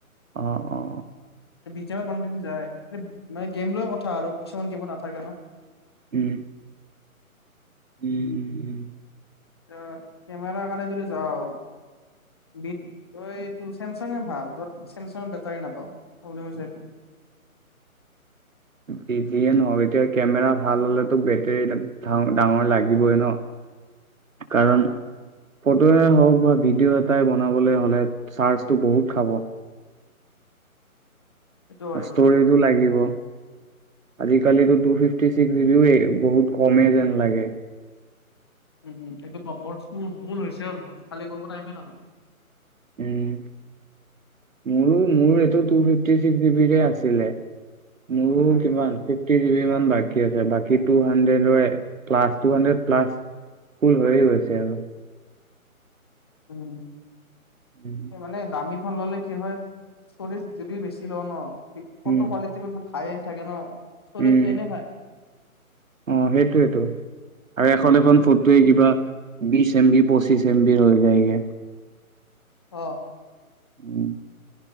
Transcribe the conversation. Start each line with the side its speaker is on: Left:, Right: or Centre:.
Right: অ' অ' অ'।
Left: <unintelligible> যায়, মানে গেম লৈ কথা আৰু কিছুমান গেমত নাথাকে ন?
Right: উম। উম উম উম।
Left: এ কেমেৰা কাৰণে যদি যাওঁ, বি এইটো চেমচাঙ ভাল ত'ত চেমচাঙৰ বেটাৰী নাপাওঁ, প্ৰব্লেম হৈছে এইটো।
Right: বিজিয়ে নহ এতিয়া কেমেৰা ভাল হলেতো বেটেৰী ডাঙৰ লাগিবই ন। কাৰণ
Left: অ'
Right: ফটোয়ে হওঁক বা ভিডিঅ' এটাই বনাবলৈ হলে চাৰ্জটো বহুত খাব।
Left: সেইটো হয়
Right: ষ্টৰেযো
Left: বাৰু
Right: লাগিব। আজিকালি টু ফিফটি চিক্স জিবিও এই বহুত কমেই যেন লাগে।
Left: উম উম, এটো <unintelligible> মোৰ ভুল হৈছে। <unintelligible> কালি গ'ব টাইমেই নহলে।
Right: উম। মোৰো মোৰ এইটো টু ফিফটি ছিক্স জিবিৰে আছিলে। মোৰো
Left: উম,
Right: কিমান থ্ৰী জিবিমান বাকি আছে বাকী টু হাড্ৰেডৰ plus two hundred plus full হৈয়ে গৈছে আৰু।
Left: উম।
Right: উম
Left: মানে দামী খন ল'লে কি হয় ষ্টৰেজ যদিও বেছি লওঁ ন ফটো
Right: উম
Left: কোৱালিটি বহুত হাই এন থাকে ন? ষ্টৰেজটো
Right: উম,
Left: এনে খায়
Right: অ' সেইটোয়েটো। আৰু এখন এখন ফটোৱে কিবা বিছ এম বি পঁচিছ এম বিৰ হৈ যায়গে।
Left: অ'।
Right: উম